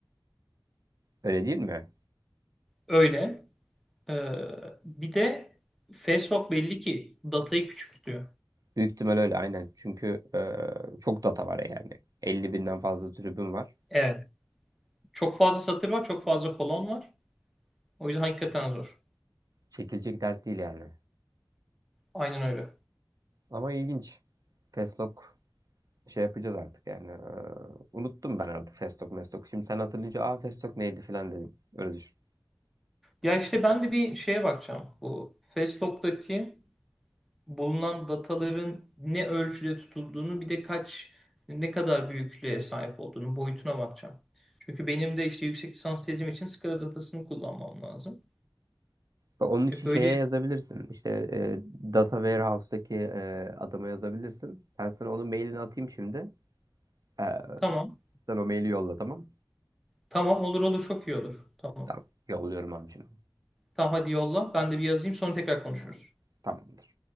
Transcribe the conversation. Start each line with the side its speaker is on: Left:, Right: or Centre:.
Right: Öyle değil mi?
Centre: Öyle. Ee, bir de Festo belli ki datayı küçük tutuyor.
Right: Büyük ihtimal öyle aynen. Çünkü e, çok data var yani. Elli binden fazla tribün var.
Centre: Evet. Çok fazla satır var, çok fazla kolon var. O yüzden hakikaten zor.
Right: Çekilecek dert değil yani.
Centre: Aynen öyle.
Right: Ama ilginç. Festock şey yapacağız artık yani. Ee, unuttum ben artık Festok Mestok. Şimdi sen hatırlayınca aa Festok neydi falan dedim. Öyle düşün.
Centre: Ya işte ben de bir şeye bakacağım. Bu Festock'taki bulunan dataların ne ölçüde tutulduğunu bir de kaç ne kadar büyüklüğe sahip olduğunu boyutuna bakacağım. Çünkü benim de işte yüksek lisans tezim için SCADA datasını kullanmam lazım.
Right: Bak, Onun için
Centre: E böyle
Right: şeye yazabilirsin. İşte e, Data Warehouse'daki e, adama yazabilirsin. Ben sana onun mailini atayım şimdi. Ee,
Centre: tamam.
Right: sen o maili yolla tamam.
Centre: Tamam olur olur çok iyi olur. Tamam.
Right: Tamam. Yolluyorum abi şimdi.
Centre: Tamam hadi yolla. Ben de bir yazayım sonra tekrar konuşuruz.
Right: Tamamdır.